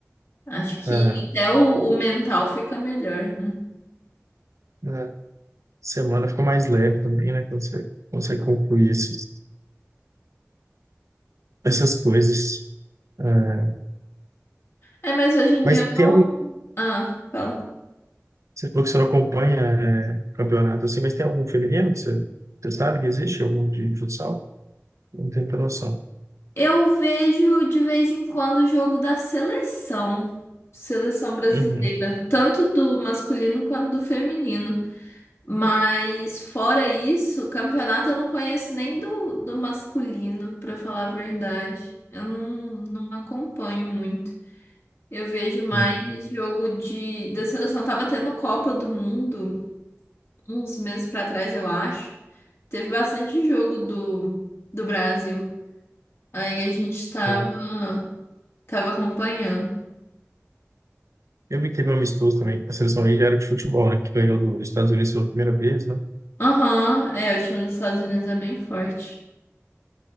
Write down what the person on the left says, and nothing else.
Acho que
até o, o mental fica melhor, né?
É, mas hoje em
dia.
Ah, fala.
Eu vejo de vez em quando o jogo da seleção, seleção brasileira,
tanto do masculino quanto do feminino. Mas fora isso, campeonato eu não conheço nem do, do masculino, pra falar a verdade. Eu não, não acompanho muito. Eu vejo mais
jogo de, da seleção. Tava tendo Copa do Mundo. uns meses pra trás, eu acho, teve bastante jogo do, do Brasil. Aí a gente tava,
tava acompanhando.
Aham, é, o time dos Estados Unidos é bem forte.